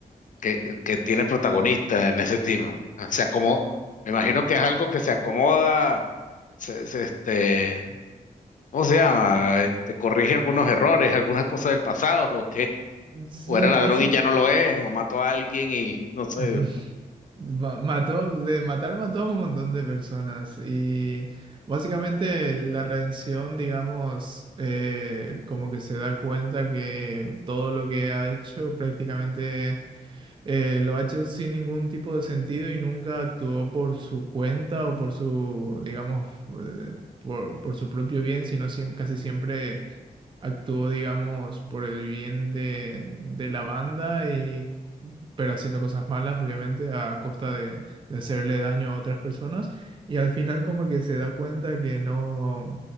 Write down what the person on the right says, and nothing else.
Sí,
básicamente...
<laughs> Ma- mató, de matar mató a un montón de personas y básicamente la redención, digamos, eh, como que se da cuenta que todo lo que ha hecho prácticamente eh, lo ha hecho sin ningún tipo de sentido y nunca actuó por su cuenta o por su, digamos, eh, por, por su propio bien, sino siem- casi siempre Actuó, digamos, por el bien de, de la banda y pero haciendo cosas malas, obviamente, a costa de, de hacerle daño a otras personas. Y al final como que se da cuenta que no,